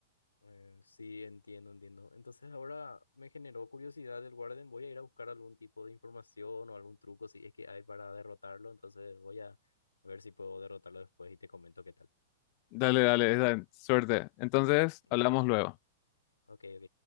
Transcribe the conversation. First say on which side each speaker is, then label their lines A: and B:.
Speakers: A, on the left; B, on the left.
A: Eh, sí, entiendo, entiendo. Entonces ahora me generó curiosidad el Warden, voy a ir a buscar algún tipo de información o algún truco si es que hay para derrotarlo, entonces voy a ver si puedo derrotarlo después y te comento qué tal.
B: Dale, dale, dale, suerte. Entonces,
A: Dale,
B: hablamos luego.
A: ok, ok.